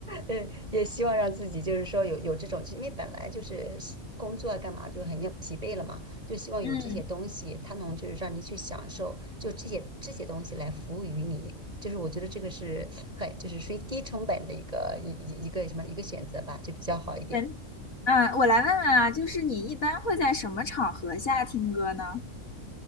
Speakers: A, on the right; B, on the left.
A: 呃，也希望让自己就是说有有这种，因为本来就是工作啊干嘛就很要疲惫了嘛，就希望有这些东西，
B: 嗯，
A: 它能就是让你去享受，就这些这些东西来服务于你，就是我觉得这个是很就是属于低成本的一个一一一个什么一个选择吧，就比较好一点。
B: 对，嗯，我来问问啊，就是你一般会在什么场合下听歌呢？